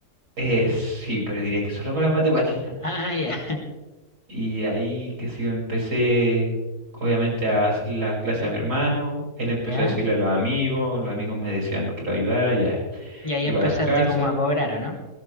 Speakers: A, on the right; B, on the left.
A: eh, sí, pero diría que solo para <laughs> matemática.
B: Ah, ya. <laughs>
A: Y ahí que si yo empecé, obviamente, a hacer las clases a mi hermano, él empezó
B: ¿Ya?
A: a decirle a los amigos, los amigos me decían que lo ayudara, ya.
B: Y ahí
A: Iba
B: empezaste
A: a las casas,
B: como a cobrar, ¿o no?